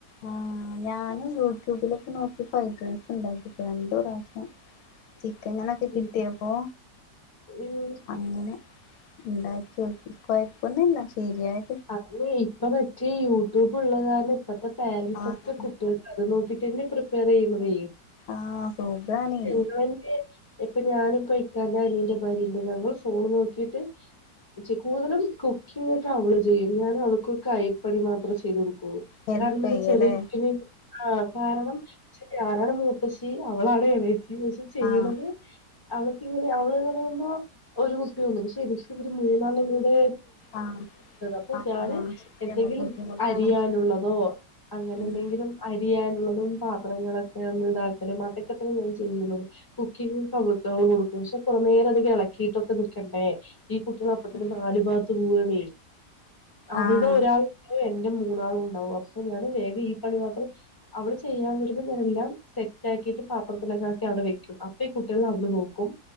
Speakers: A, on the left; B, on the left.
A: ആഹ് ഞാനും യൂട്യൂബിലൊക്കെ നോക്കി ഫൈഡ് റേസ് ഉണ്ടാക്കിട്ടുണ്ട് രണ്ട് പ്രാവശ്യം. ചിക്കൻ ഇങ്ങനെ ഒക്കെ കിട്ടിയപ്പോ.
B: ഉം ഉം.
A: അങ്ങനെ ഉണ്ടാക്കി നോക്കി, കുഴപ്പന്നില്ല ശരിയായി.
B: അത് ഇപ്പ മറ്റേ യൂട്യൂബ് ഉള്ളത് കാരണം ഇപ്പത്തെ പേരൻറ്സ്
A: ആഹ്
B: ഒക്കെ കുട്ടി അത് നോക്കിട്ട് തന്നെ പ്രിപ്പർ ചെയ്യുന്നത്
A: ആഹ് സുഖാണേ
B: <unintelligible> ഡിമാന്റ്. ഇപ്പൊ ഞാനും ഇക്കന്റെ അനിയന്റെ ഭാര്യയുണ്ട്, ഞങ്ങൾ ഫോൺ നോക്കിട്ട്. കൂടുതലും കുക്കിംഗ്‌ ഒക്കെ അവള് ചെയ്യും, ഞാൻ അവൾക്ക് കൈപ്പണി മാത്രേ ചെയ്തു കൊടുക്കുള്ളൂ.
A: ഹെൽപ്
B: കാരണം
A: ചെയ്യല്ലേ
B: അന്ന് ചെറിയ കുട്ടിനി ആഹ് കാരണം പക്ഷെ ഞാനാണ് മൂത്തശ്ശി അവളാണ് എളേച്ചി പക്ഷെ ചെയ്യണത്
A: ആഹ്
B: അവള്‌ക്കിങ്ങനെ അവള്ന്ന് പറയുമ്പോ ഒരു കുപ്പി കൊണ്ടുവന്നു പക്ഷെ എനിക്ക് ഒരു മൂന്നാലെണ്ണം കൂടെ
A: ആഹ്
B: <unintelligible> പ്പൊ
A: ആഹ്
B: ഞാന്
A: ആഹ് ശരിയാണ്
B: എന്തെങ്കിലും
A: ബുദ്ധിമുട്ടാണ്
B: അരിയാനുള്ളതോ അങ്ങനെ
A: ഉം
B: എന്തെ ങ്കിലും അരിയാനുള്ളതും പാത്രങ്ങളൊക്കെ ഒന്ന് ഇതാക്കലും അതൊക്കെ തന്നെ ഞാൻ ചെയ്യുന്നത് കുക്കിംങ്ങക്ക അവളുക്കവുള് കൊടുക്കും പക്ഷെ കൊറെ നേരം അത് എളക്കീട്ടൊക്കെ നിക്കണ്ടേ ഈ കുട്ടികള് അപ്പത്തന്നെ
A: ഉം
B: നാല് ഭാഗത്ത് പോവുവാണേ അവൾടെ
A: ആഹ്
B: ഒരാളിണ്ടാവും എന്റെ മൂന്നാളും ഉണ്ടാവും അപ്പൊ ഞാന് വേഗം ഈ പണി മാത്രം അവള് ചെയ്യാൻ വരുമ്പൊ ഞാനെല്ലാം സെറ്റ് ആക്കിയിട്ട് പാത്രത്തിലൊക്കെ ആക്കി അവിടെ വെക്കും അ പ്പ ഈ കുട്ടികള് അവള് നോക്കും